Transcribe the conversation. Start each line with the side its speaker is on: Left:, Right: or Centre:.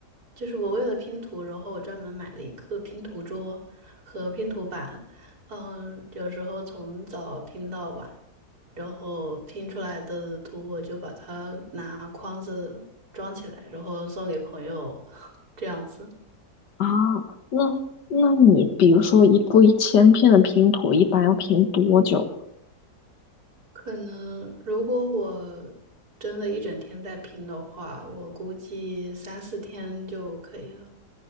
Right: 就是我为了拼图，然后我专门买了一个拼图桌和拼图板，嗯，有时候从早拼到晚，然后拼出来的图我就把它拿筐子装起来，然后送给朋友，<laughs> 这样子。
Left: 啊，那那你比如说一部一千片的拼图，一般要拼多久？
Right: 可能如果我真的一整天在拼的话，我估计三四天就可以了，